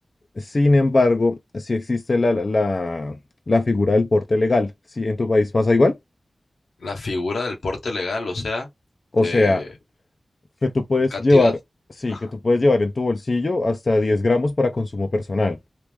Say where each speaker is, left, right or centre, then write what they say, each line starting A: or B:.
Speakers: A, on the left; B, on the left.
A: Sin embargo, si existe la, la, la- figura del porte legal, si en tu país pasa igual,
B: La figura del porte legal, o sea,
A: o
B: de
A: sea, que tú puedes
B: cantidad.
A: llevar, sí,
B: Ajá.
A: que tú puedes llevar en tu bolsillo hasta 10 gramos para consumo personal.